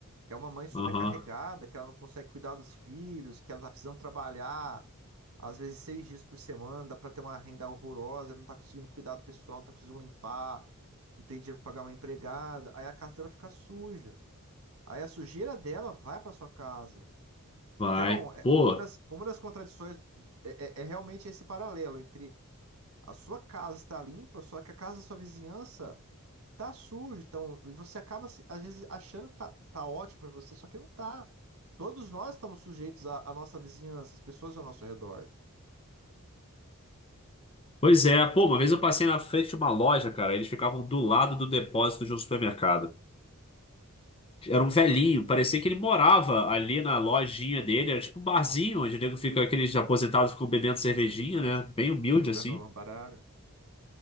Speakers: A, on the right; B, on the left.
A: é uma mãe sobrecarregada,
B: aham,
A: que ela não consegue cuidar dos filhos, que ela tá precisando trabalhar, às vezes seis dias por semana, dá pra ter uma renda horrorosa, ela não tá conseguindo cuidar do pessoal, não tá conseguindo limpar, não tem dinheiro pra pagar uma empregada, aí a casa dela fica suja. Aí a sujeira dela vai pra sua casa.
B: vai.
A: Então, é-
B: Pô.
A: uma das, uma das contradições é, é- é realmente esse paralelo entre a sua casa estar limpa, só que a casa da sua vizinhança tá sujo, então, e você acaba se- às vezes achando que tá, tá ótimo pra você, só que não tá. Todos nós estamos sujeitos à, à nossa vizinhança, as pessoas ao nosso redor,
B: Pois é, pô, uma vez eu passei na frente de uma loja, cara, eles ficavam do lado do depósito de um supermercado. Era um velhinho, parecia que ele morava ali na lojinha dele, era tipo um barzinho onde o nego fica, aqueles aposentados ficam bebendo cervejinha, né? Bem humilde
A: Jogando
B: assim.
A: um baralho.